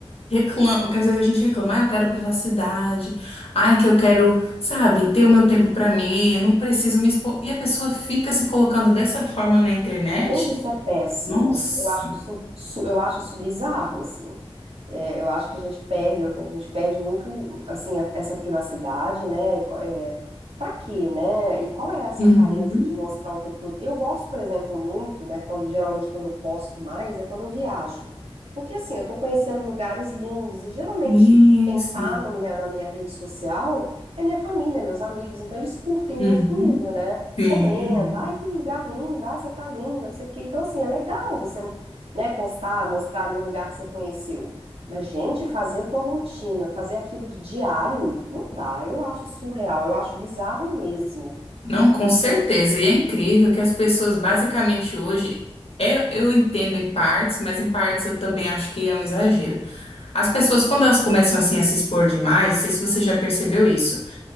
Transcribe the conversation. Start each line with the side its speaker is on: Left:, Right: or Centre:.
Left: Reclam... Que às vezes a gente reclama, ah, eu quero privacidade, ai, que eu quero, sabe, ter o meu tempo pra mim, eu não preciso me expor. E a pessoa fica se colocando dessa forma na internet?
Right: Gente, isso é péssimo.
Left: Nossa.
Right: Eu acho isso, su- eu acho isso bizarro, assim. É, eu acho que a gente perde, a gente perde muito, assim, a- essa privacidade, né? Co- É, para quê, né? E qual é essa
Left: Uhum.
Right: carência de mostrar o tempo todo? Eu gosto, por exemplo, muito, né? Quando geralmente quando eu posto mais é quando eu viajo, porque assim eu tô conhecendo lugares lindos e geralmente
Left: Sim,
Right: quem
Left: sim.
Right: tá no- na minha rede social é minha família, meus amigos, então eles curtem
Left: Uhum.
Right: junto comigo, né?
Left: Sim.
Right: comenta, ai, que lugar lindo, ai, você tá linda, não sei o quê. Então, assim, é legal você, né, postar, mostrar ali um lugar que você conheceu. Mas, gente, fazer a tua rotina, fazer aquilo de diário, não dá. Eu acho surreal, eu acho bizarro mesmo.
Left: Não, com certeza. E é incrível que as pessoas basicamente hoje é, eu entendo em partes, mas em partes eu também acho que é um exagero. As pessoas, quando elas começam assim a se expor demais, não sei se você já percebeu isso,